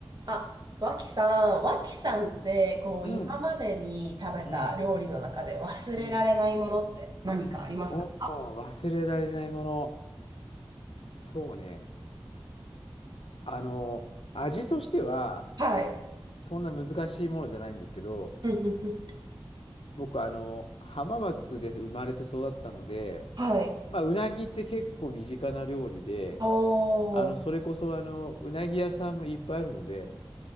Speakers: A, on the right; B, on the left.
A: あ、脇さん、脇さんって、こう、
B: うん、
A: 今までに食べた料理の中で忘れられないものって何かありますか
B: うん、うん。おー忘れられないもの。そうね。あの、味としては、
A: はい。
B: そんな難しいものじゃないんですけど、
A: うんうんうん
B: 僕、あの、浜松で生まれて育ったので、
A: はい。
B: まあ、うなぎって結構身近な料理で、
A: おー。
B: あの、それこそ、あの、うなぎ屋さんもいっぱいあるので、